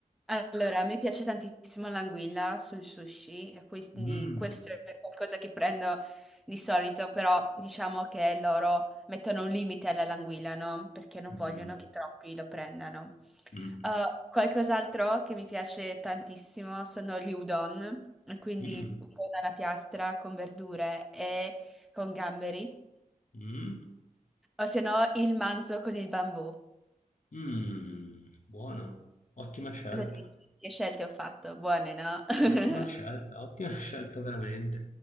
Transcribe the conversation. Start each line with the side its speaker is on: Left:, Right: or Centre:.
Centre: Allora, a me piace tantissimo l'anguilla sul sushi, e quindi
Left: Mm,
Centre: questo è qualcosa che prendo di solito, però diciamo che loro mettono un limite alla languilla, no? Perché non
Left: mm,
Centre: vogliono che troppi lo prendano.
Left: mm,
Centre: Uh, qualcos'altro che mi piace tantissimo sono gli udon, e quindi
Left: mm,
Centre: udon alla piastra con verdure e con gamberi,
Left: mm,
Centre: o se no il manzo con il bambù.
Left: mm, buono, ottima scelta.
Centre: Cosa dici? Che scelte ho fatto? Buone, no? <laughs>
Left: Ottima scelta, ottima <laughs> scelta veramente.